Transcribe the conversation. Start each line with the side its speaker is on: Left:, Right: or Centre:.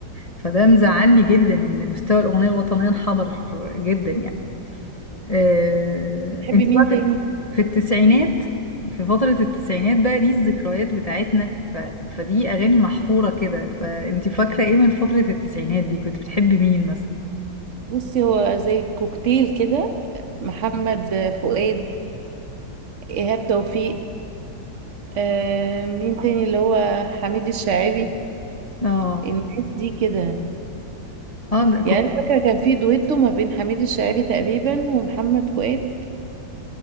Left: فده مزعلني جدا ان مستوى الاغنية الوطنية انحدر جدا يعني آه...
Right: بتحبي
Left: انت
Right: مين
Left: بقى
Right: تاني
Left: في في التسعينات في فترة التسعينات بقى دي الذكريات بتاعتنا ف... فدي اغاني محفورة كده فانت فاكرة ايه من فترة التسعينات دي كنت بتحبي مين مثلا
Right: بصي هو زي كوكتيل كده محمد فؤاد ايهاب توفيق آه مين تاني اللي هو حميد الشاعري
Left: اه
Right: الناس دي كده
Left: اه ده كنت
Right: يعني أنا فاكرة كان في دويتو ما بين حميد الشاعري تقريبا ومحمد فؤاد